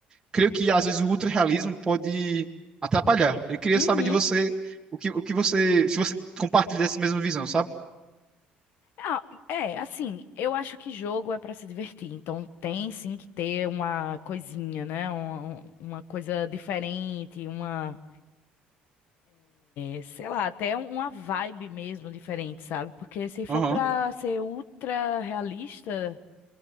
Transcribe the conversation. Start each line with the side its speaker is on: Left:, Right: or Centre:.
Right: creio que às vezes o ultra-realismo pode atrapalhar. Eu queria
Left: Uhum.
Right: saber de você o que, o que você. Se você compartilha dessa mesma visão, sabe?
Left: Ah, é, assim, eu acho que jogo é pra se divertir, então tem sim que ter uma coisinha, né? Um- um- uma coisa diferente, uma, é, sei lá, até uma vibe mesmo diferente, sabe? Porque se for
Right: Aham.
Left: pra ser ultra realista,